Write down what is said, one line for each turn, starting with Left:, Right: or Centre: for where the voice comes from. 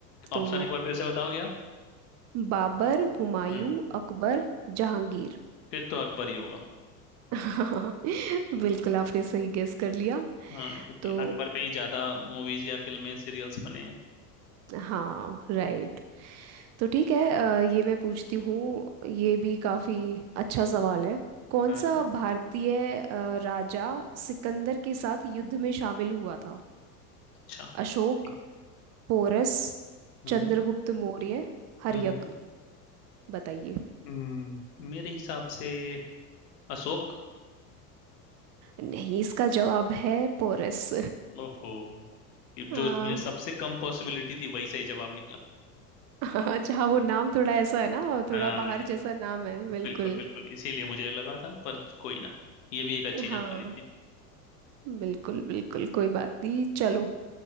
Left: ऑप्शन
Right: तो
Left: एक बार फिर से बताओगे आप
Right: बाबर हुमायूं
Left: हम्म
Right: अकबर जहांगीर
Left: फिर तो अकबर ही होगा
Right: <laughs> बिल्कुल आपने सही गेस कर लिया
Left: हाँ क्योंकि
Right: तो
Left: अकबर पे ही ज्यादा मूवीज या फिल्में सीरियल्स बने हैं
Right: हाँ राइट तो ठीक है अ, ये मैं पूछती हूँ ये भी काफ़ी अच्छा सवाल है कौन
Left: हाँ
Right: सा भारतीय अ, राजा सिकंदर के साथ युद्ध में शामिल हुआ था
Left: अच्छा
Right: अशोक
Left: ठीक
Right: पोरस
Left: हम्म
Right: चंद्रगुप्त मौर्य हर्यक
Left: हम्म
Right: बताइए
Left: हम्म, मेरे हिसाब से अशोक
Right: नहीं इसका जवाब है पोरस
Left: ओहो ये
Right: <laughs>
Left: जो मुझे सबसे कम पॉसिबिलिटी थी वही सही जवाब निकला
Right: अच्छा हाँ अच्छा वो नाम थोड़ा ऐसा है ना थोड़ा
Left: हाँ
Right: बाहर
Left: ये-
Right: जैसा नाम है बिल्कुल
Left: बिल्कुल बिल्कुल इसीलिए मुझे लगा था पर कोई ना ये भी एक अच्छी जानकारी
Right: हाँ
Left: थी
Right: बिल्कुल बिल्कुल कोई बात नहीं चलो